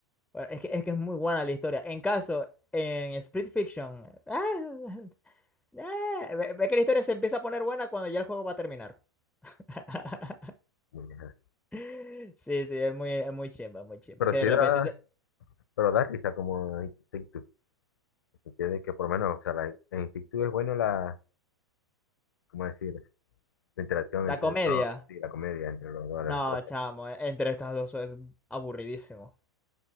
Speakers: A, in the centre; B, on the left.
A: Bueno, es que, es que es muy buena la historia. En caso, en Split Fiction, ah, <laughs> ah, ve, ve que la historia se empieza a poner buena cuando ya el juego va a terminar. <laughs>
B: muy bien.
A: Sí, sí, es muy, es muy chimba, muy chimba.
B: Pero
A: Que
B: sí
A: de repente
B: da,
A: te-
B: pero da risa como en TikTok. Se entiende que por lo menos, o sea, la- en TikTok es bueno la, ¿cómo decir? La interacción
A: la
B: entre
A: comedia,
B: los dos, sí, la comedia entre los dos,
A: no,
B: las esposas.
A: chamo, e- entre estas dos es aburridísimo.